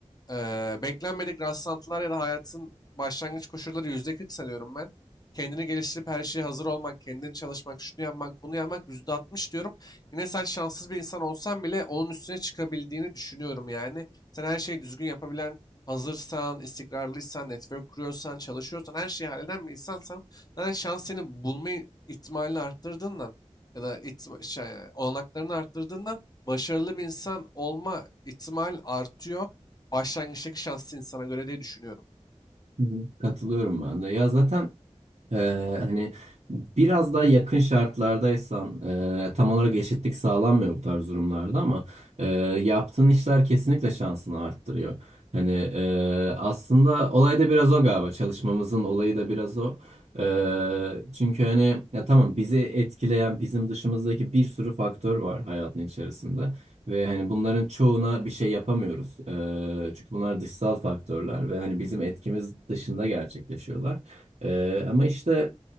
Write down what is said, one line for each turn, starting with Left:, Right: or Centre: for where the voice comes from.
Left: Eee, beklenmedik rastlantılar ya da hayatın başlangıç koşulları %40 sanıyorum ben. Kendini geliştirip her şeye hazır olmak, kendini çalışmak, şunu yapmak, bunu yapmak %60 diyorum. Yine sen şanssız bir insan olsan bile onun üstüne çıkabildiğini düşünüyorum yani. Sen her şeyi düzgün yapabilen, hazırsan, istikrarlıysan, network kuruyorsan, çalışıyorsan, her şeyi halleden bir insansan zaten şans seni bulma ihtimalini arttırdığından ya da ihtima- şey, olanaklarını arttırdığından başarılı bir insan olma ihtimal artıyor başlangıçtaki şanslı insana göre diye düşünüyorum.
Right: hı hı. Katılıyorum ben de. Ya zaten Ee, hani biraz daha yakın şartlardaysan e, tam olarak eşitlik sağlanmıyor bu tarz durumlarda ama e, yaptığın işler kesinlikle şansını arttırıyor. Hani e, aslında olay da biraz o galiba çalışmamızın olayı da biraz o. E, çünkü hani ya tamam bizi etkileyen bizim dışımızdaki bir sürü faktör var hayatın içerisinde ve hani bunların çoğuna bir şey yapamıyoruz. E, çünkü bunlar dışsal faktörler ve hani bizim etkimiz dışında gerçekleşiyorlar. Ee, ama işte